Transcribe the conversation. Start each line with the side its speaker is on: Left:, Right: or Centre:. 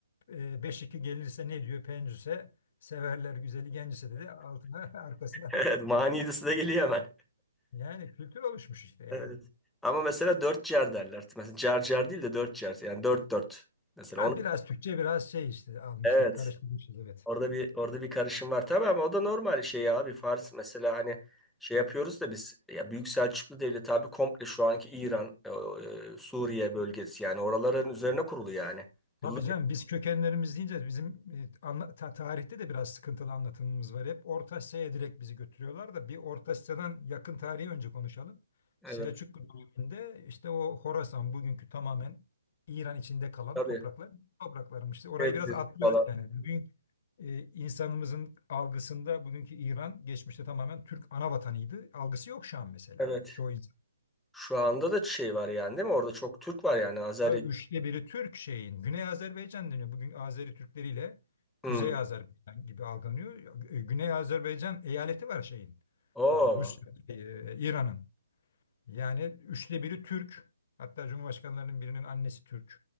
Left: e, 5-2 gelirse ne diyor Pencüse? Severler güzeli gencise dedi altına <laughs> arkasına.
Centre: Evet, manidası da geliyor hemen.
Left: Yani kültür oluşmuş işte
Centre: Evet.
Left: yani.
Centre: Ama mesela dört car derler. Mesela car car değil de dört car. Yani dört dört. Mesela
Left: Ha,
Centre: onu.
Left: biraz Türkçe biraz şey işte almışlar
Centre: Evet.
Left: karıştırmışız evet.
Centre: Orada bir orada bir karışım var tabii ama o da normal şey abi Fars mesela hani şey yapıyoruz da biz ya Büyük Selçuklu Devleti abi komple şu anki İran, e, e, Suriye bölgesi yani oraların üzerine kurulu yani.
Left: Tabii
Centre: Yıllar
Left: canım biz kökenlerimiz deyince bizim e, anla- ta- tarihte de biraz sıkıntılı anlatımımız var. Hep Orta Asya'ya direkt bizi götürüyorlar da bir Orta Asya'dan yakın tarihi önce konuşalım.
Centre: evet
Left: Selçuklu döneminde işte o Horasan bugünkü tamamen İran içinde kalan
Centre: tabii
Left: topraklar topraklarmış. Orayı
Centre: Tebriz
Left: biraz atlıyoruz
Centre: falan
Left: yani. Bugün e, insanımızın algısında bugünkü İran geçmişte tamamen Türk ana vatanıydı. Algısı yok şu an mesela.
Centre: evet.
Left: Çoğu
Centre: Şu anda da şey var yani değil mi? Orada çok Türk var yani Azeri.
Left: Ya üçte biri Türk şeyin. Güney Azerbaycan deniyor. Bugün Azeri Türkleriyle Kuzey
Centre: Hmm.
Left: Azerbaycan gibi algılanıyor. Gü- Güney Azerbaycan eyaleti var şeyin.
Centre: Oo.
Left: E, Rusya, e, İran'ın. Yani üçte biri Türk. Hatta Cumhurbaşkanlarının birinin annesi Türk'tü.